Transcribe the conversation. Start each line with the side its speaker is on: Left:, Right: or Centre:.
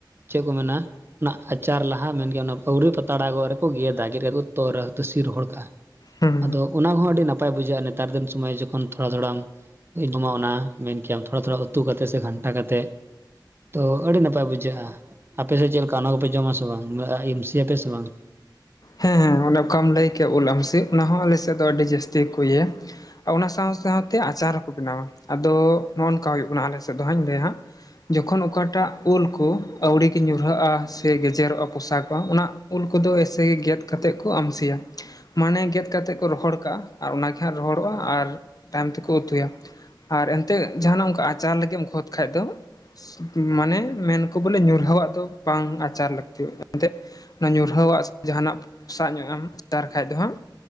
Right: ᱪᱮᱫ ᱠᱚ ᱢᱮᱱᱟ ᱚᱱᱟ ᱟᱪᱟᱨ ᱞᱟᱦᱟ ᱢᱮᱱᱜᱮ ᱚᱱᱟ ᱟᱹᱣᱨᱤ ᱯᱟᱛᱲᱟ ᱜᱚᱜ ᱨᱮᱠᱚ ᱜᱮᱫᱟ ᱜᱮᱫ ᱠᱟᱜ ᱠᱚ ᱛᱚᱨᱟ ᱛᱟᱹᱥᱤ ᱨᱚᱦᱚᱲ ᱠᱟᱜᱼᱟ
Left: ᱦᱩᱸ
Right: ᱟᱫᱚ ᱚᱱᱟ ᱦᱚᱸ ᱟᱹᱰᱤ ᱱᱟᱯᱟᱭ ᱵᱩᱡᱷᱟᱹᱜᱼᱟ ᱱᱮᱛᱟᱨ ᱫᱤᱱ ᱥᱚᱢᱚᱭ ᱡᱚᱠᱷᱚᱱ ᱛᱷᱚᱲᱟ ᱛᱷᱚᱲᱟᱢ ᱡᱚᱢᱟ ᱢᱮᱱ ᱠᱮ ᱛᱷᱚᱲᱟ ᱛᱷᱚᱲᱟ ᱩᱛᱩᱛ ᱥᱮ ᱜᱷᱟᱱᱴᱟ ᱠᱟᱛᱮᱫ ᱛᱚ ᱟᱹᱰᱤ ᱱᱟᱯᱟᱭ ᱵᱩᱡᱷᱟᱹᱜᱼᱟ ᱟᱯᱮᱥᱮᱫ ᱪᱮᱫᱠᱟ ᱚᱱᱟ ᱠᱚᱯᱮ ᱡᱚᱢᱟ ᱥᱮ ᱵᱟᱝ ᱮᱢ ᱥᱤᱭᱟᱯᱮ ᱥᱮ ᱵᱟᱝ
Left: ᱦᱮᱸ ᱦᱮᱸ ᱚᱱᱮ ᱚᱠᱟᱢ ᱞᱟᱹᱭ ᱠᱮ ᱩᱞ ᱟᱢᱥᱤ ᱚᱱᱟ ᱦᱚᱸ ᱟᱞᱮᱥᱮᱫ ᱫᱚ ᱟᱹᱰᱤ ᱡᱟᱹᱥᱛᱤ ᱜᱮ ᱠᱚ ᱤᱭᱟᱹᱭᱟ᱾ ᱚᱱᱟ ᱥᱟᱶ ᱥᱟᱶᱛᱮ ᱟᱪᱟᱨ ᱦᱚᱸᱠᱚ ᱵᱮᱱᱟᱣᱟ ᱟᱫᱚ ᱱᱚᱜᱼᱚ ᱱᱚᱝᱠᱟ ᱦᱩᱭᱩᱜ ᱠᱟᱱᱟ ᱟᱞᱮᱼᱼ ᱥᱮ ᱫᱚᱦ ᱤᱧ ᱞᱟᱹᱭᱟ ᱦᱟᱸᱜ ᱡᱚᱠᱷᱚᱱ ᱚᱠᱟᱴᱟᱜ ᱩᱞ ᱠᱚ ᱟᱹᱣᱲᱤ ᱜᱮ ᱧᱩᱨᱦᱟ ᱟ ᱥᱮ ᱜᱮᱡᱮᱨᱚᱜᱼᱟ ᱯᱚᱥᱟᱚᱜᱼᱟ ᱚᱱᱟ ᱩᱞ ᱠᱚᱫᱚ ᱮᱭᱥᱮᱮᱜᱮᱫ ᱠᱟᱛᱮᱮᱫ ᱠᱚ ᱟᱢᱥᱤᱭᱟ᱾ ᱢᱟᱱᱮ ᱜᱮᱫ ᱠᱟᱛᱮᱮᱫ ᱠᱚ ᱨᱚᱦᱚᱲ ᱠᱟᱜᱼᱟ ᱟᱨ ᱚᱱᱟ ᱜᱮ ᱦᱟᱸᱜ ᱨᱚᱦᱚᱲᱚᱜᱼᱟ ᱟᱨ ᱛᱟᱭᱚᱢ ᱛᱮᱠᱚ ᱩᱛᱩᱭᱟ᱾ ᱟᱨ ᱮᱱᱛᱮ ᱡᱟᱦᱟᱱᱟᱜ ᱚᱱᱠᱟ ᱟᱪᱟᱨ ᱞᱟᱹᱜᱤᱫ ᱮᱢ ᱠᱷᱚᱫ ᱠᱷᱟᱡ ᱫᱚ ᱢᱟᱱᱮ ᱢᱮᱱᱠᱚ ᱵᱚᱞᱮ ᱧᱩᱨᱦᱟᱹᱣᱟᱜ ᱫᱚ ᱵᱟᱝ ᱟᱪᱟᱨ ᱞᱟᱹᱠᱛᱤᱼᱟ᱾ ᱮᱱᱛᱜ ᱚᱱᱟ ᱧᱩᱨᱦᱟᱹᱣᱟᱜ ᱥᱮ ᱡᱟᱦᱟᱱᱟᱜ ᱯᱚᱥᱟᱜ ᱧᱚᱜ ᱮᱢ ᱟᱪᱟᱨ ᱠᱷᱟᱡ ᱫᱚ ᱦᱟᱸᱜ